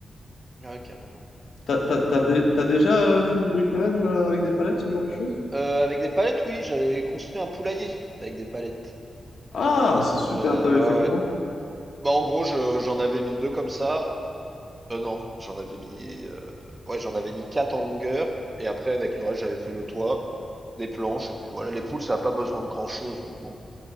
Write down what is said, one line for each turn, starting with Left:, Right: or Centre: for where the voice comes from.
Right: Ouais, carrément.
Left: T'as, t'as, t'as dé- t'as déjà euh, fait du bricolage euh, avec des palettes, ce genre de choses?
Right: Euh, avec des palettes, oui, j'avais construit un poulailler avec des palettes.
Left: Ah, c'est super,
Right: J'ai-
Left: t'avais
Right: Ouais,
Left: fait comment?
Right: ouais. Bah, en gros, je- j'en avais mis deux comme ça. Euh, non, j'en avais mis, euh, ouais, j'en avais mis quatre en longueur. Et après, avec le reste, j'avais fait le toit, des planches. Et puis voilà, les poules, ça n'a pas besoin de grand-chose. Donc bon.